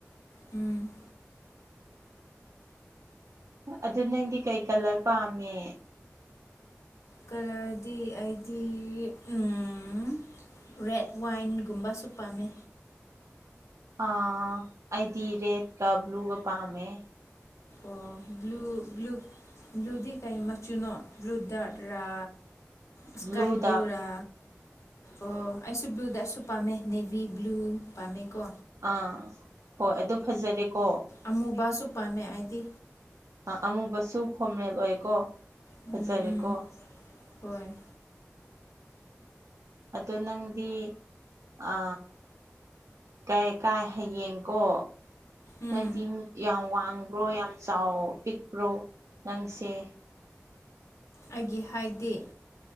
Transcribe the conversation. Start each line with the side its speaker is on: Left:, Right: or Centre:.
Left: ꯎꯝ
Right: ꯑꯗꯨ ꯅꯪꯗꯤ ꯀꯩ ꯀꯂꯔ ꯄꯥꯝꯃꯤ꯫
Left: ꯀꯂꯔꯗꯤ ꯑꯩꯗꯤ ꯎꯝ ꯔꯦꯠ ꯋꯥꯏꯟꯒꯨꯝꯕꯁꯨ ꯄꯥꯝꯃꯦ
Right: ꯑꯥ ꯑꯩꯗꯤ ꯔꯦꯠꯀ ꯕ꯭ꯂꯨꯒ ꯄꯥꯝꯃꯦ꯫
Left: ꯑꯣ ꯕ꯭ꯂꯨ ꯕ꯭ꯂꯨ ꯕ꯭ꯂꯨꯗꯤ ꯀꯩ ꯃꯆꯨꯅꯣ ꯕ꯭ꯂꯨ ꯗꯠꯔꯥ꯫ ꯏꯁ꯭ꯀꯥꯏ
Right: ꯕ꯭ꯂꯨꯗ
Left: ꯕ꯭ꯂꯨꯔꯥ꯫ ꯑꯣ ꯑꯩꯁꯨ ꯕ꯭ꯂꯨꯗꯁꯨ ꯄꯥꯝꯃꯦ ꯅꯦꯚꯤ ꯕ꯭ꯂꯨ ꯄꯥꯝꯃꯦꯀꯣ꯫
Right: ꯑꯥ ꯍꯣꯏ ꯑꯗꯨ ꯐꯖꯔꯦꯀꯣ꯫
Left: ꯑꯃꯨꯕꯥꯁꯨ ꯄꯥꯝꯃꯦ ꯑꯩꯗꯤ꯫
Right: ꯑꯃꯨꯕꯁꯨ ꯐꯣꯔꯃꯦꯜ ꯑꯣꯏꯀꯣ
Left: ꯎꯝ
Right: ꯐꯖꯔꯦꯀꯣ꯫
Left: ꯎꯝ ꯍꯣꯏ
Right: ꯑꯗꯣ ꯅꯪꯗꯤ ꯑ ꯀꯩ ꯀꯥꯏ ꯍꯌꯦꯡꯀꯣ
Left: ꯎꯝ
Right: ꯅꯪꯗꯤ ꯌꯥꯝ ꯋꯥꯡꯕ꯭ꯔꯣ ꯌꯥꯝ ꯆꯥꯎ ꯄꯤꯛꯄ꯭ꯔꯣ ꯅꯪꯁꯦ
Left: ꯑꯩꯒꯤ ꯍꯥꯏꯗꯤ